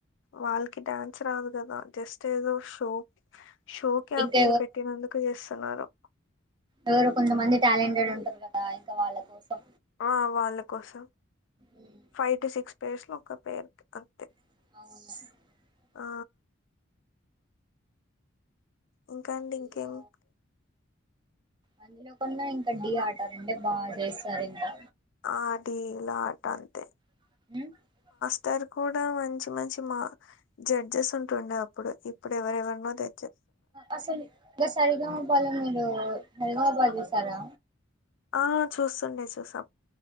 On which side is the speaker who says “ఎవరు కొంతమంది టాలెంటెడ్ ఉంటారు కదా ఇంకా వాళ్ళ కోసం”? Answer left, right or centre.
Right